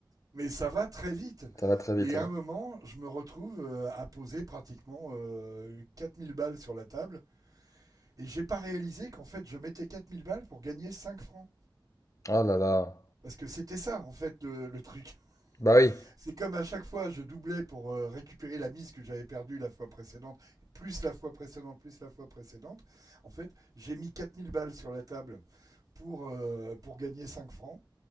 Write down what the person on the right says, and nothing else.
Mais ça va très vite.
Et
à un moment, je me retrouve euh, à poser pratiquement euh, 4000 balles sur la table. Et j'ai pas réalisé qu'en fait, je mettais 4000 balles pour gagner 5 francs.
Parce que c'était ça, en fait, le, le truc.
<laughs> C'est comme à chaque fois, je doublais pour euh, récupérer la mise que j'avais perdue la fois précédente, plus la fois précédente, plus la fois précédente. En fait, j'ai mis 4000 balles sur la table pour, euh, pour gagner 5 francs.